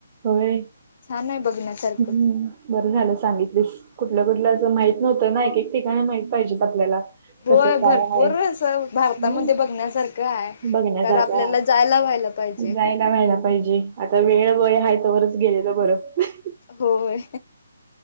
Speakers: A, on the right (about 25°); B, on the left (about 40°).
A: होय
B: छान आहे बघण्यासारखं
A: हम्म. बरं झालं सांगितलीस कुठलं? कुठलंं? माहित नव्हतं ना एक, एक ठिकाणी माहित पाहिजेत आपल्याला.
B: हो,
A: कसं
B: भरपूर
A: काय हाय
B: अस भारतामध्ये
A: हम्म
B: बघण्यासारखं आहे.
A: बघण्यासारखं
B: तर आपल्याला
A: हाय.
B: जायला व्हायला पाहिजे.
A: जायला व्हायला पाहिजे. आता वेळ वय हा तर तवरच गेलेलं बरं -
B: होय